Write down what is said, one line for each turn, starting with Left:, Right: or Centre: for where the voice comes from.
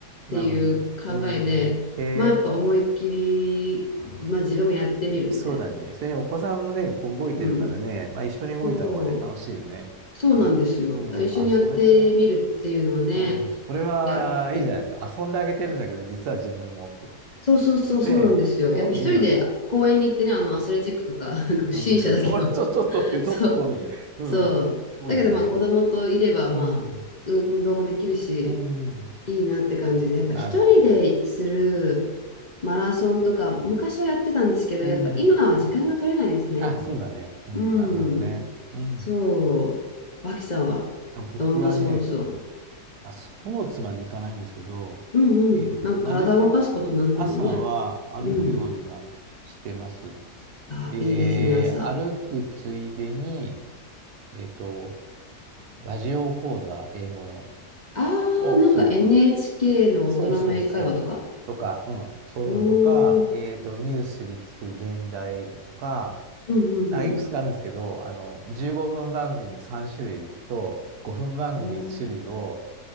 Left: ていう考えで、
Right: なので。うん。へえ。
Left: まあやっぱ思いっきり、まあ自分もやってみるみたいな。
Right: そうだね。それにお子さんもね、こう動いてるからね、
Left: うん。
Right: まあ一緒に動いた方がね、
Left: そう、
Right: 楽しいよね。
Left: そうなんですよ。
Right: へえ。うん。
Left: 一緒にやってみるっていうのはね、
Right: あ、それは、うん。それはいいじゃないですか。
Left: やってみ、
Right: 遊んであげてるんだけど、実は自分もっていう。
Left: そうそうそう、
Right: ねえ、
Left: そうなんですよ。
Right: そういいよね。
Left: やっぱ一人で公園に行ってね、あのアスレチックとか、なんか不審者だけど、
Right: うん。<laughs> それちょ、ちょっとね、ちょっとそうだね。
Left: そう、
Right: うん。
Left: そう。
Right: そうだね。
Left: だけどまあ子供といればまあ運動もできるし、
Right: うん。うん。
Left: いいなって感じで、やっぱ一人でする、
Right: なるほど。
Left: マラソンとか、昔はやってたんですけど、
Right: うん。
Left: やっぱ今は時間が取れないですね。
Right: あ、そうだね。うん。
Left: う
Right: なるほどね。
Left: ん。
Right: うん。
Left: そう。脇さんは、
Right: あ、僕はね、
Left: どんなスポーツを
Right: あ、スポーツまでいかないんですけど、
Left: うんうん。
Right: えっと、
Left: なんか体を動かすことなんでもね。
Right: なるべく朝は歩くようにはしてます。
Left: うん。ああ、
Right: で、
Left: いいですね、朝。
Right: 歩くついでに、えっと、ラジオ講座、英語の、
Left: ああ、
Right: を聞く。
Left: なんか NHK の大人の英会話とか。
Right: そうそうそう。とか、うん、そういうのとか、
Left: おお、
Right: えっと、ニュースで聞く現代英語とか、
Left: うんうんうん。
Right: なんかいくつかあるんですけど、あの、15分番組3種類と5分番組1種類を、
Left: ほう。